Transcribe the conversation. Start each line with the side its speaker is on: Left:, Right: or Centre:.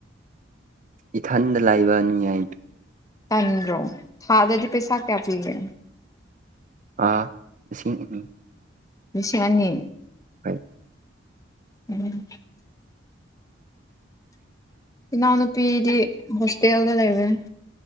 Right: ꯏꯊꯟꯗ ꯂꯩꯕꯅꯤ ꯑꯩꯗꯤ
Left: ꯇꯥꯟꯗꯔꯣ ꯊꯥꯗꯗꯤ ꯄꯩꯁꯥ ꯀꯌꯥ ꯄꯤꯒ
Right: ꯑꯥ ꯂꯤꯁꯤꯡ ꯑꯅꯤ
Left: ꯂꯤꯁꯤꯡ ꯑꯅꯤ
Right: ꯍꯣꯏ
Left: ꯎꯝ ꯏꯅꯥꯎꯅꯨꯄꯤꯗꯤ ꯍꯣꯁꯇꯦꯜꯗ ꯂꯩꯕꯅꯤ